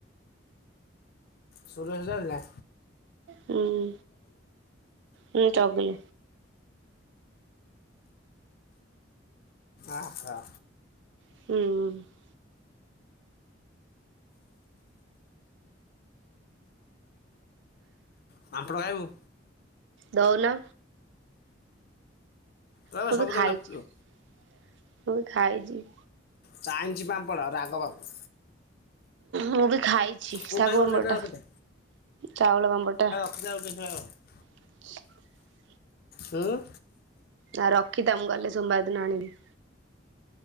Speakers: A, on the left (about 50°); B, on the right (about 65°).
A: ଷୋହ୍ଳ ହଜାର ନା।
B: ହୁଁ ହୁଁ ଚଗିଲୁ।
A: ଆ ହୋ
B: ହୁଁ।
A: ପାମ୍ପଡ ଖାଇବୁ।
B: ଦଉନ।
A: ରହିବ
B: ମୁଁ
A: ସବୁଦିନ
B: ବି ଖାଇଛି
A: ନ ପିଇବୁ
B: ମୁଁ ବି ଖାଇଛି।
A: ଚାଇଞ୍ଚି ପାମ୍ପଡ ରାଗ ପାମ୍ପଡ।
B: ମୁଁ ବି ଖାଇଛି
A: କୋଉ
B: ଶାଗୁଆବଟା
A: ପାଇଁ ଗୋଟେ ଦେ ରଖିଦେ
B: ଚାଉଳ ପାମ୍ପଡ ଟା।
A: <unintelligible>
B: <unintelligible>
A: ହୁଁ।
B: ନା ରଖିଥା ମୁଁ ଗଲେ ସୋମବାର ଦିନ ଆଣିବି।